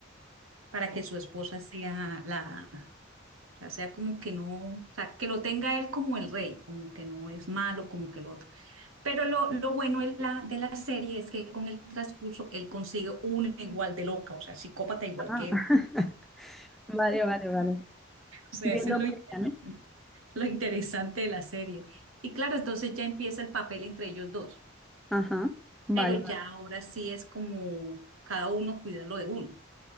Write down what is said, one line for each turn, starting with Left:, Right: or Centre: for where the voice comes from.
Right: para que su esposa sea la, o sea, sea como que no, o sea, que lo tenga él como el rey, como que no es malo, como que lo otro. Pero lo, lo bueno de la, de la serie es que con el transcurso él consigue una igual de loca, o sea, psicópata igual
Centre: Ah,
Right: que él.
Centre: <laughs> vale, vale, vale.
Right: O sea,
Centre: Dios
Right: eso
Centre: lo
Right: es lo,
Centre: premia,
Right: inter-
Centre: ¿no?
Right: lo interesante de la serie. Y claro, entonces ya empieza el papel entre ellos dos,
Centre: Ajá, vale,
Right: pero ya ahora sí es como cada uno cuida lo de uno.